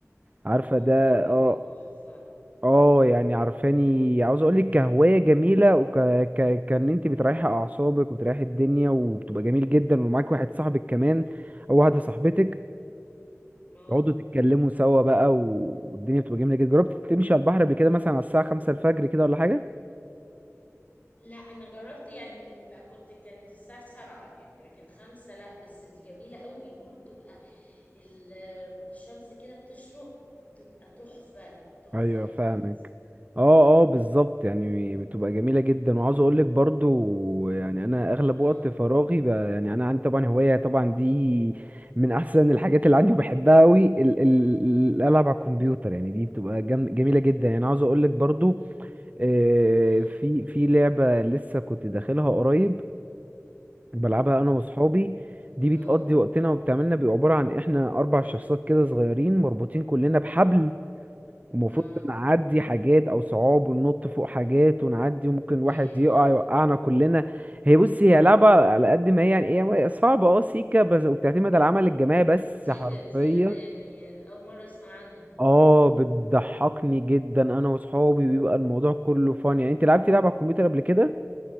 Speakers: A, on the right; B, on the left.
A: عارفة
B: واو
A: ده
B: ده بيبقى
A: اه
B: تحفه
A: اه يعني عارفاني عاوز اقولك كهواية جميلة وك ك... كان انت بتريحي اعصابك وبتريحي الدنيا وبتبقى جميل جدا ومعاك واحد صاحبك كمان او واحدة صاحبتك
B: اه
A: تقعدوا تتكلموا سوا بقى والدنيا بتبقى جميلة جدا جربت تمشي على البحر قبل كده مثلا على الساعة خمسة الفجر كده ولا حاجة
B: لا انا جربت يعني لا كنت كانت الساعة سبعة يعني لكن خمسة لا بس دي جميلة قوي بيقولوا بتبقى ال- الشمس كده بتشرق دي بتبقى تحفة تحفة
A: ايوه فاهمك
B: اكيد
A: اه اه بالظبط يعني بتبقى جميله جدا وعاوز اقول لك برضو يعني انا اغلب
B: اه
A: وقت فراغي ب- يعني انا عندي طبعا هوايه طبعا دي من احسن الحاجات اللي عندي وبحبها قوي ال ال الالعاب على الكمبيوتر يعني دي بتبقى جم جميله جدا يعني عاوز اقول لك برضو آه،
B: اه
A: في في لعبه لسه كنت داخلها قريب بلعبها انا واصحابي دي
B: اه
A: بتقضي وقتنا وبتعملنا بيبقى عباره عن احنا اربع شخصيات كده صغيرين مربوطين كلنا بحبل ومفروض
B: اه
A: نعدي حاجات او صعاب وننط فوق حاجات ونعدي وممكن
B: ياه
A: واحد يقع يوقعنا كلنا هي بصي هي لعبة على قد ما هي يعني ايه هي صعبة اه سيكا بس وبتعتمد على العمل الجماعي بس
B: جديدة
A: حرفيا
B: دي انا يعني اول مرة اسمع عنها
A: اه بتضحكني جدا انا واصحابي بيبقى الموضوع كله فن يعني انت لعبتي لعبة على الكمبيوتر قبل كده